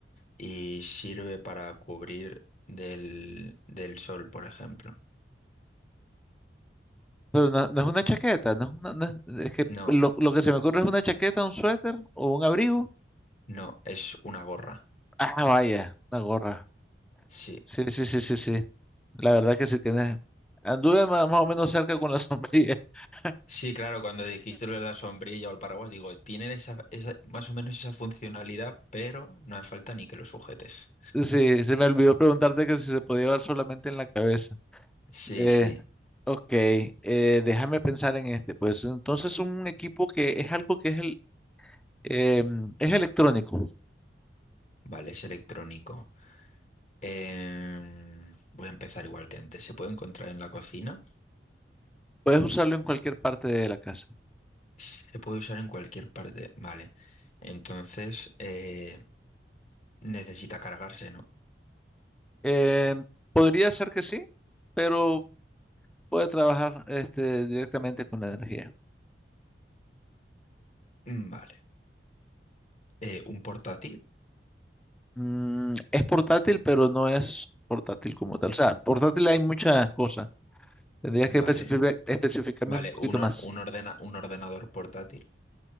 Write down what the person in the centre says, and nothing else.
Pero no, no es una chaqueta, no es una- no es, es que
lo, lo que se me ocurre es una chaqueta, un suéter o un abrigo.
Ah, vaya, una gorra.
Sí, sí, sí, sí, sí. La verdad que sí tienes. Anduve más, más o menos cerca con la sombrilla. <laughs>
Sí, se me olvidó preguntarte que si se podía llevar solamente en la cabeza.
Eh,
ok, eh, déjame pensar en este. Pues entonces un equipo que es algo que es, el, em, es electrónico.
Puedes usarlo en cualquier parte de la casa.
Em, podría ser que sí, pero puede trabajar este, directamente con la energía.
Mm, es portátil, pero no es portátil como tal. O sea, portátil hay muchas cosas. Tendrías
que especificar- especificarme
un poquito
más.